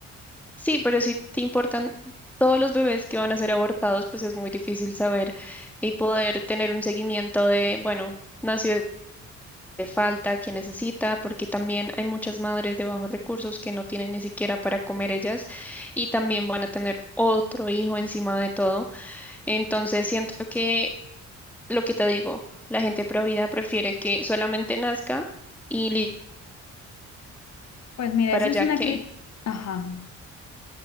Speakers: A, in the centre; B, on the left.
A: Sí, pero si te importan todos los bebés que van a ser abortados, pues es muy difícil saber y poder tener un seguimiento de, bueno, nació de falta, quién necesita, porque también hay muchas madres de bajos recursos que no tienen ni siquiera para comer ellas y también van a tener otro hijo encima de todo. Entonces, siento que lo que te digo, la gente provida prefiere que solamente nazca y li-
B: Pues mira,
A: para
B: esa
A: allá
B: es una
A: que.
B: crítica, ajá,